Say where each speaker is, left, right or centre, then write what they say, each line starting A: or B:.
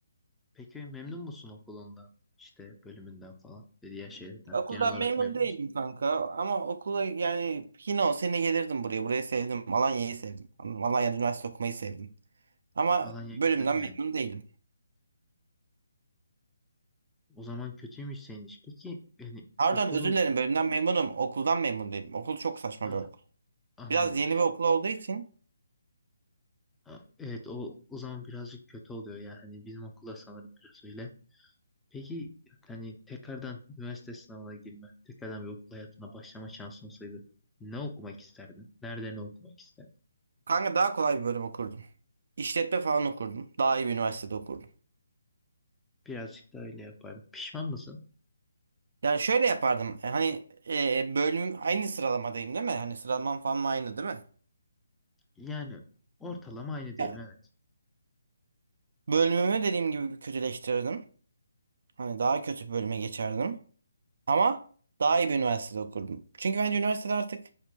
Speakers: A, in the centre; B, on the right.
A: Peki memnun musun okulundan, işte bölümünden falan ve diğer şeylerden?
B: Okuldan
A: Genel olarak
B: memnun
A: memnun
B: değilim
A: musun?
B: kanka ama okula yani yine o sene gelirdim buraya. Burayı sevdim. Alanya'yı sevdim. Anladım. Alanya'da üniversite okumayı sevdim. Ama
A: Alanya
B: bölümden
A: güzel yani.
B: memnun değilim.
A: O zaman kötüymüş senin iş. Peki yani
B: Pardon
A: okulu
B: özür dilerim bölümden memnunum. Okuldan memnun değilim. Okul çok saçma
A: ha,
B: bir okul.
A: anladım.
B: Biraz yeni bir okul olduğu için
A: Ha, evet o o zaman birazcık kötü oluyor yani bizim okulda sanırım biraz öyle. Peki hani tekrardan üniversite sınavına girme, tekrardan bir okul hayatına başlama şansın olsaydı ne okumak isterdin? Nerede ne okumak isterdin?
B: kanka daha kolay bir bölüm okurdum. İşletme falan okurdum. Daha iyi bir üniversitede okurdum.
A: Birazcık da öyle yapardım. Pişman mısın?
B: Yani şöyle yapardım. e, Hani e, bölümüm aynı sıralamadayım değil mi? Hani sıralamam falan aynı değil mi?
A: Yani ortalama aynı diyelim
B: Ya,
A: evet.
B: bölümümü dediğim gibi kötüleştirirdim. Hani daha kötü bir bölüme geçerdim. Ama daha iyi bir üniversitede okurdum. Çünkü bence üniversitede artık